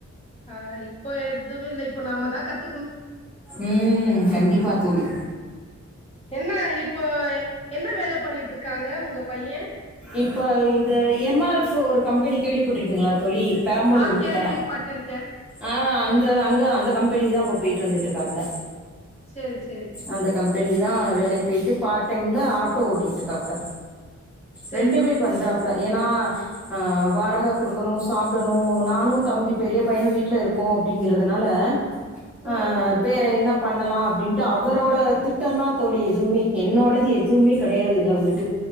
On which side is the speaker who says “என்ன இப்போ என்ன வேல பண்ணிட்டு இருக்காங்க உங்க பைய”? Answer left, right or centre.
Left